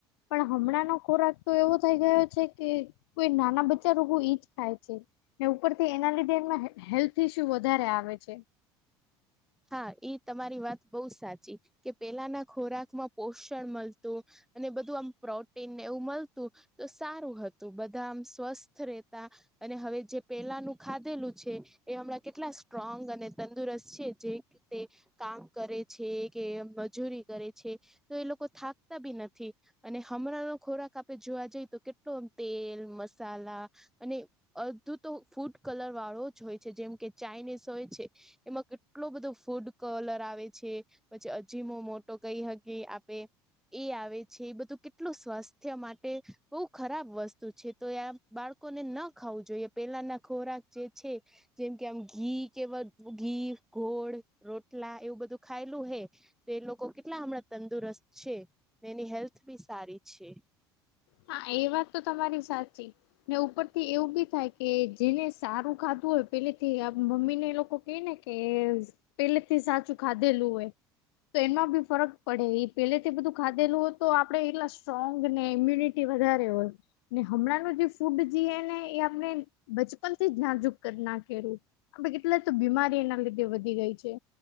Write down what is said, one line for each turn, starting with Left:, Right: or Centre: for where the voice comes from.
Left: પણ હમણાંનો ખોરાક તો એવો થઈ ગયો છે કે કોઈ નાના બચ્ચા રોગો ઈજ થાય છે ને ઉપરથી એના લીધે એ હેલ્થ શું વધારે આવે છે.
Centre: હા ઈ તમારી વાત બહુ સાચી કે પેલાના ખોરાક માં પોષણ મળતું અને બધું આમ પ્રોટીન એવું મળતું તો સારું હતું બધા આમ સ્વસ્થ રહેતા અને હવે જે પેલાનું ખાધેલું છે એ હમણાં કેટલા સ્ટ્રોંગ અને તંદુરસ્ત છે. જે રીતે કામ કરે છે કે મજૂરી કરે છે. તો એ લોકો થાકતા બી નથી. અને હમણાંનોો ખોરાક આપણે જોવા જઈએ તો કેટલોમ તેલ મસાલા અને અડધું તો ફૂડ કલર વાળો જ હોય છે જેમ કે ચાાઈનીઝ હોય છે એમાં એટલો બધો ફૂડ કલર આવે છે પછી અજીમો મોટો કઈ હકી આપે એ આવે છે એ બધું કેટલું સ્વાસ્થ્ય માટે બહુ ખરાબ વસ્તુ છે તો આ બાળકોને ન ખાવું જોઈએ પેલાના ખોરાક જે છે જેમ કે આમ ઘી કે ઘી ઘોળ રોટલા એવું બધું ખાયલું હે તો એ લોકો કેટલા હમણાં તંદુરસ્ત છે એની હેલ્થ બી સારી છે.
Left: હા એ વાત તો તમારી સાચી. ને ઉપર થી એવું બી થાય કે જેને સારું ખાધું હોય પેલેથી મમ્મી ને લોકો એ ને કે પેલેથી સાચું ખાધેલું હોય તો એમાં બી ફરક પડે એ પેલેથી બધું ખાધેલું હોય તો આપડણે એટલા સ્ટ્રોંગ ને ઇમ્યુનિટી વધારે હોય ને હમણાં ન જે ફૂડ જે એ ને એ આપણે બચપનથી નાજુક નાખું આપ કેટલા તો બીમારી એના લીધે વધી ગઈ છે